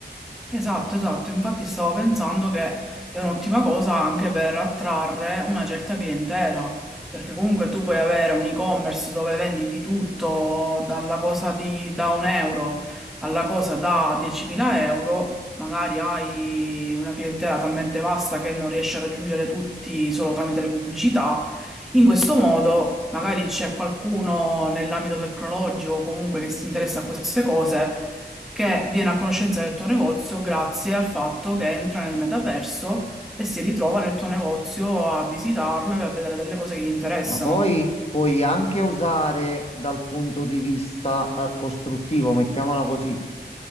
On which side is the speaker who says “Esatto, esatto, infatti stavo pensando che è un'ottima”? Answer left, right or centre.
Centre